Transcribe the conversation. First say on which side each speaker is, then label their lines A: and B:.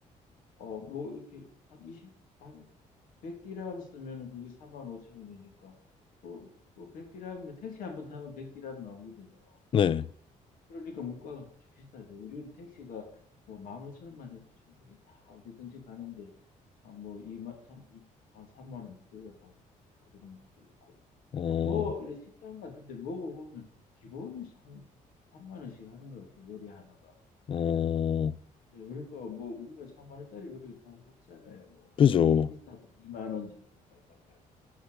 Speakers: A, on the left (about 80°); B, on the left (about 40°).
A: 어 뭐 이렇게 한 20, 한 100디람 쓰면은 그게 4만 5천 원이니까 뭐, 뭐 100디람이면 택시 한 번 타면 100디람 나오거든요.
B: 네.
A: 그러니까 물가가 아주 비싸죠. 우리는 택시가 뭐 1 5천원만 오천 원만 해도 충분히 다 어디든지 가는데 아, 뭐 이만 삼 이한 3만 원 들어야 가고 그러는 것도 있고
B: 어,
A: 또 뭐 이런 식당 같은데 먹어보면 기본이 한 3만 원씩 하는 것 같아요. 요리 하나가.
B: 어,
A: 네, 그러니까 뭐 우리가 4만 원짜리 요리가 잘 없잖아요. 뭐
B: 그죠.
A: 비싸도 2만 원 정도까지밖에 안 하는데.